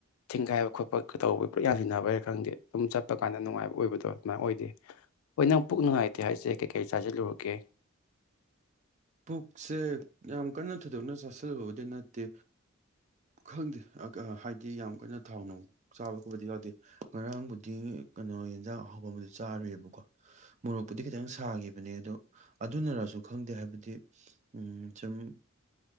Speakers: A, on the left; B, on the right.
A: ꯊꯤꯡꯒꯥꯏꯕ ꯈꯣꯠꯄ ꯀꯩ ꯇꯧꯕꯩ ꯄꯨ ꯌꯥꯁꯤꯟꯅꯕꯩꯔ ꯈꯪꯗꯦ ꯑꯗꯨꯝ ꯆꯠꯄ ꯀꯥꯟꯗ ꯅꯨꯡꯉꯥꯏꯕ ꯑꯣꯏꯕꯗꯣ ꯑꯗꯨꯃꯥꯏ ꯑꯣꯏꯗꯦ ꯍꯣꯏ ꯅꯪ ꯄꯨꯛ ꯅꯨꯡꯉꯥꯏꯇꯦ ꯍꯥꯏꯁꯦ ꯀꯩꯀꯩ ꯆꯥꯁꯤꯜꯂꯨꯔꯒꯦ
B: ꯄꯨꯛꯁꯦ ꯌꯥꯝ ꯀꯟꯅ ꯊꯣꯏꯗꯣꯛꯅ ꯆꯥꯁꯤꯜꯂꯨꯕꯕꯨꯗꯤ ꯅꯠꯇꯦ ꯈꯪꯗꯦ ꯑꯒ ꯍꯥꯏꯗꯤ ꯌꯥꯝ ꯀꯟꯅ ꯊꯥꯎ ꯅꯨꯡ ꯆꯥꯕ ꯈꯣꯄꯗꯤ ꯌꯥꯎꯗꯦ ꯉꯔꯥꯡꯕꯨꯗꯤ ꯀꯩꯅꯣ ꯌꯦꯟꯁꯥꯡ ꯑꯍꯥꯎꯕꯕꯨꯗꯤ ꯆꯥꯔꯨꯏꯌꯦꯕꯀꯣ ꯃꯣꯔꯣꯛꯄꯨꯗꯤ ꯈꯤꯇꯪ ꯁꯥꯈꯤꯕꯅꯦ ꯑꯗꯣ ꯑꯗꯨꯅꯔꯁꯨ ꯈꯪꯗꯦ ꯍꯥꯏꯕ ꯗꯤ ꯎꯝ ꯁꯨꯝ